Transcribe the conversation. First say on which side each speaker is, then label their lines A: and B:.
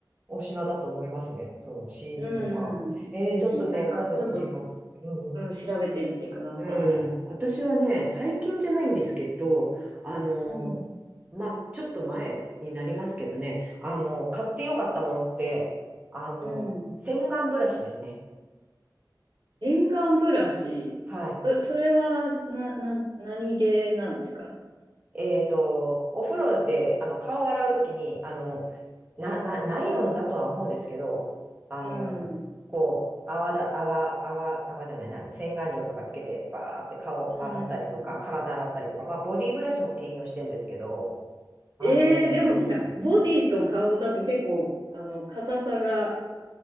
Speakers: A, on the right; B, on the right.
A: お品だと思いますね。そのシーリングファン。
B: うんうん。
A: ええ、
B: ぜひ、
A: ちょっとね、
B: なんか、
A: 今度見てみます。
B: ちょっと、
A: うんうん。
B: うん、調べてみてください。
A: うん。私はね、最近じゃないんですけど、あの、
B: うん。
A: まあ、ちょっと前になりますけどね、あの、買ってよかったものって、あの、
B: うん。
A: 洗顔ブラシですね。
B: 沿岸ブラシ、
A: はい。
B: そ、それは、な、な、何系なんですか
A: えっと、お風呂で、あの、顔を洗うときに、あの、な、な、ナイロンだとは思うんですけど、あの、
B: うん。うん
A: こう、泡だ、泡、泡、泡じゃないな、洗顔料とかつけて、バーって顔洗ったりとか、
B: うんうん。
A: 体洗ったりとか、まあ、ボディブラシも兼用してんですけど、あのー
B: ええでもなんか、ボディと顔だと結構、あの、硬さが